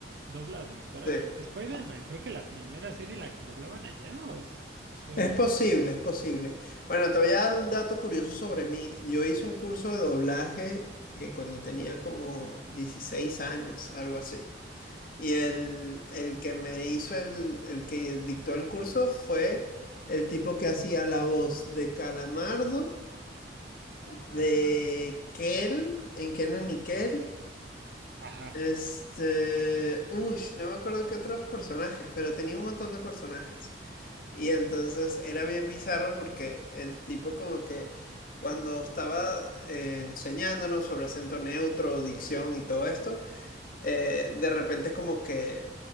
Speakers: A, on the right; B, on the left.
A: doblado en Caracas.
B: Sí.
A: Spider-Man, creo que la primera serie la doblaban allá, o estoy
B: Es
A: loco.
B: posible, es posible. Bueno, te voy a dar un dato curioso sobre mí. Yo hice un curso de doblaje eh, cuando tenía como 16 años, algo así. Y el, el que me hizo el, el que dictó el curso fue el tipo que hacía la voz de Calamardo,
A: Ah,
B: de Kel, en Kenan y Kel.
A: ajá,
B: Este, uy, no me acuerdo qué otros personajes, pero tenía un montón de personajes. Y entonces era bien bizarro porque el tipo como que cuando estaba eh, enseñándonos sobre acento neutro, dicción y todo esto, eh,
A: ajá,
B: de repente como que